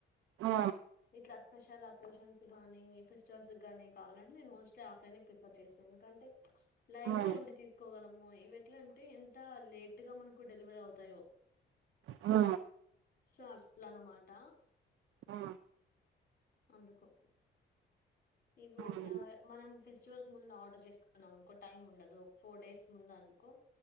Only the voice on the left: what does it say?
ఇట్ల స్పెషల్ అకేషన్స్ గానీ ఫెస్టివల్స్ గానీ కావాలంటే మోస్ట్లీ ఆఫ్లైనే ప్రి <unintelligible> ఎందుకంటే లైవ్
లో ఉండి తీస్ కోగలము ఇవి ఎట్ల అంటే ఎంత లేట్గా మనకు డెలివరీ అవుతాయో.
సో అట్ల అన్నమాట.
అందుకు ఇగుడ్
ఆ మనం ఫెస్టివల్కి ముందు ఆర్డర్ చేసుకున్నాం అనుకో టైమ్ ఉండదు. ఒక ఫోర్ డేస్ ముందు అనుకో